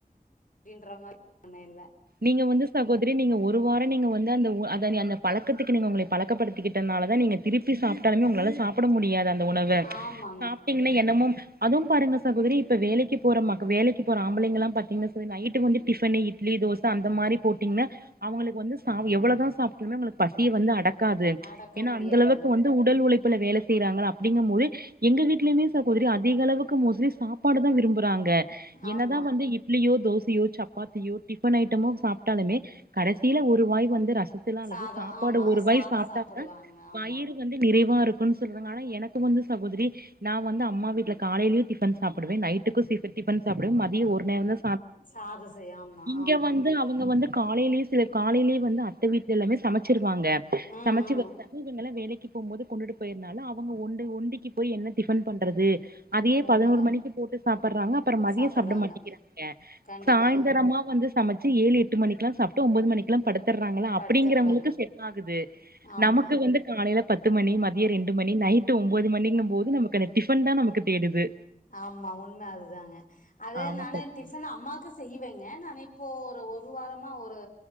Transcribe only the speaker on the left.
டின்ற மாரி <inaudible> இல்ல
ஆமாங்க
அடக்க
முடியாதுங்க
ஆமா
சாதோ
ஆமா
சாதோ
சாப்புடுவாங்க ஆமா
சாதோ செய் ஆமா
ஆமா
ம்
ம்
உண்மதா
சாப்புட்றாங்க
கண்டிப்பாங்க
படுத்துட்றாங்க
ஆமா
ஆமா உண்ம அதுதாங்க அது
நானே
டிஃபனு அம்மாக்கு செய்வேங்க நானே இப்போ ஒரு ஒரு வாரமா ஒரு